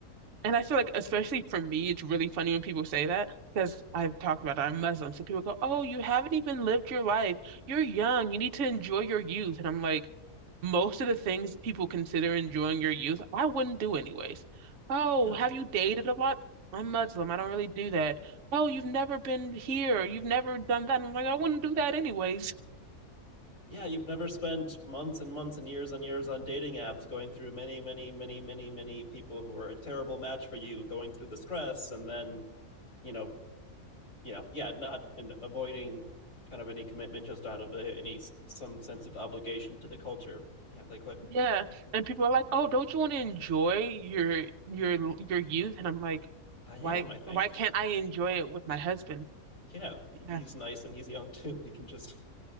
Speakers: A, on the right; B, on the left.
A: And I feel like, especially for me, it's really funny when people say that because I've talked about it, I'm Muslim. So people go, Oh, you haven't even lived your life. You're young. You need to enjoy your youth. And I'm like, Most of the things people consider enjoying your youth, I wouldn't do anyways. Oh,
B: Yeah.
A: have you dated a lot? I'm Muslim. I don't really do that. Oh, you've never been here. You've never done that. And I'm like, I wouldn't do that anyways.
B: Yeah, you've never spent months and months and years and years on dating apps going through many, many, many, many, many people who are a terrible match for you, going through the stress and then, you know, you know, yeah, not in avoiding kind of any commitment just out of uh any some sense of obligation to the culture. Yeah, like what
A: Yeah, and people are like, "Oh, don't you want to enjoy your your your youth?" And I'm like,
B: I am,
A: "Why
B: I think.
A: why can't I enjoy it with my husband?"
B: Yeah, he's
A: Yeah.
B: nice and he's young <laughs> too. We can just